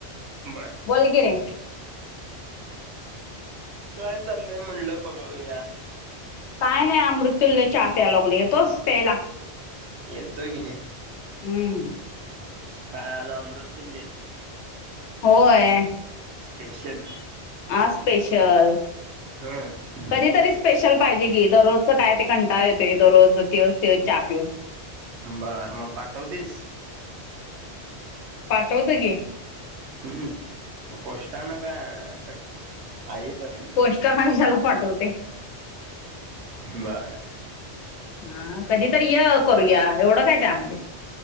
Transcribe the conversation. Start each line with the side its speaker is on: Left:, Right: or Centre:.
Right: बर
Left: बोल की रे.
Right: काय चाललंय म्हणलं बघूया.
Left: काय नाही अमृत्युल्य चहा प्याय लागलोय येतोस प्यायला.
Right: येतो की.
Left: हम.
Right: हा आज अमृत्युल्य.
Left: होय.
Right: स्पेशल
Left: आज स्पेशल
Right: हम्म
Left: कधीतरी स्पेशल पाहिजे की दररोज काय ते कंटाळा येतोय दररोज त्योच त्योच चहा पिऊन.
Right: बर मग पाठवतेस
Left: पाठवतो की.
Right: हम पोस्टान. काय आई पसनं.
Left: पोस्टानं कशाला पाठवते.
Right: बरं.
Left: हा कधीतरी य करूया एवढं काय त्यामध्ये.